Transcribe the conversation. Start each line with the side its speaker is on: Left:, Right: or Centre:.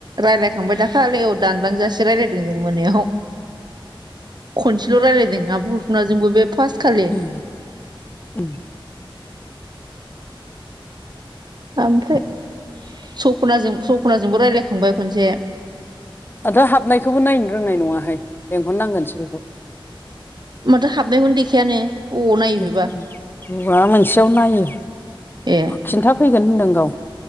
Right: रायलायखांबाय दाखालियाव दानलांजासे राय्लायदों जों मोनायाव। खनसेल' रायलायदों आब' हफनाजोंबो बे फासखालि।
Left: ए उम
Right: ओमफ्राय सपनाजों सपनाजोंबो रायलायखांबाय खनसे।
Left: दाथ' हाबनायखौबो नायनो रोंनाय नङाहाय लेंहरनांगोनसो बेखौ।
Right: माथो हाबनाय खौनो देखायानो। अनायो
Left: <inaudible>
Right: बेबा
Left: मा मोनसे आव नायो
Right: ए
Left: खिन्थाफैगोन होनदों गाव।